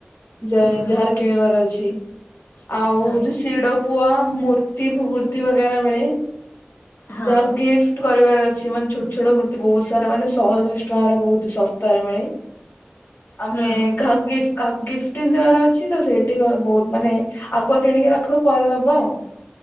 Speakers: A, on the left; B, on the left.
A: ଯାଏ
B: ହୁଁ
A: ଯାହାର କିଣିବାର ଅଛି ଆଉ
B: ହଁ
A: ଯୋଉ ଶିଡ଼ପୁଆ ମୂର୍ତ୍ତି ଫୁର୍ତ୍ତି ବାଗେରା ମିଳେ
B: ହଁ
A: ଯାହାକୁ ଗିଫ୍ଟ୍ କରିବାର ଅଛି ମାନେ ଛୋଟ ଛୋଟ ବହୁତ ସାରା ମାନେ ଶହେ ଦୁଇଶ୍ ଟଙ୍କାରେ ବହୁତ ଶସ୍ତାରେ ମିଳେ ଆମେ
B: ହୁଁ।
A: କାହାକୁ ଗିଫ୍ କାହାକୁ ଗିଫ୍ଟିନ୍ ଦବାର ଅଛି ତ ସେଇଠି ଗ ବହୁତ ମାନେ ଆଗୁଆ କିଣିକି ରଖିବ ପରେ ଦବ